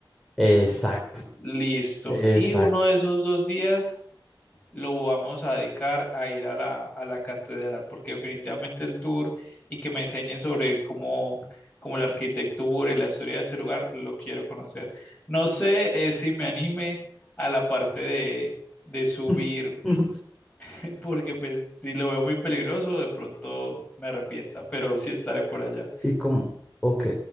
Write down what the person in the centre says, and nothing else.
exacto,
exacto.
<laughs>
Y como, ok,